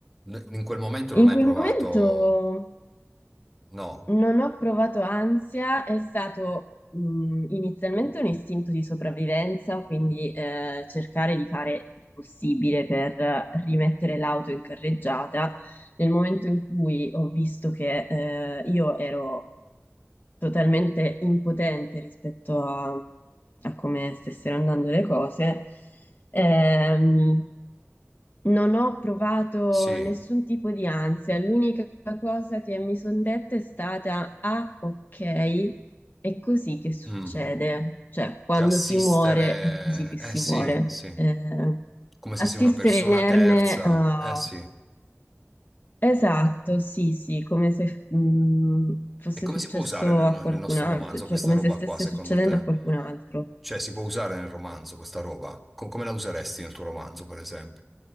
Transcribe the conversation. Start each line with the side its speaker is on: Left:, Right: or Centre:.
Centre: N- In quel momento
Left: In
Centre: non hai
Left: quel
Centre: provato...
Left: momento
Centre: No,
Left: non ho provato ansia, è stato mh, inizialmente un istinto di sopravvivenza, quindi eh, cercare di fare il possibile per eh, rimettere l'auto in carreggiata. Nel momento in cui ho visto che eh, io ero totalmente impotente rispetto a, a come stessero andando le cose, ehm, non ho provato
Centre: sì.
Left: nessun tipo di ansia, l'unica cosa che mi sono detta è stata, ah, ok, è così che succede,
Centre: Mm.
Left: cioè quando
Centre: Cioè, assistere...
Left: si muore è così che si
Centre: Eh sì,
Left: muore.
Centre: sì.
Left: Eh,
Centre: Come se
Left: assistere
Centre: sei una persona
Left: inerme
Centre: terza.
Left: a...
Centre: Eh sì.
Left: Esatto, sì, sì, come se mh, fosse
Centre: E come
Left: successo
Centre: si può usare nel,
Left: a qualcun
Centre: nel nostro
Left: altro,
Centre: romanzo
Left: cioè
Centre: questa
Left: come
Centre: roba
Left: se stesse
Centre: qua, secondo
Left: succedendo
Centre: te?
Left: a qualcun altro.
Centre: Cioè, si può usare nel romanzo questa roba? Co- come la useresti nel tuo romanzo, per esempio?